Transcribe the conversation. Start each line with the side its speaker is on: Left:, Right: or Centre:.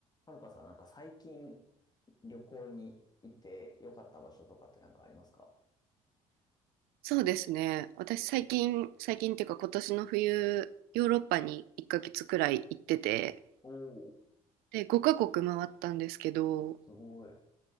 Left: はるかさん、なんか最近旅行に行って良かった場所とかってなんかありますか
Right: そうですね。私最近、最近っていうか今年の冬、ヨーロッパに1ヶ月くらい行ってて、
Left: おおー、
Right: で、5カ国回ったんですけど、
Left: すごい。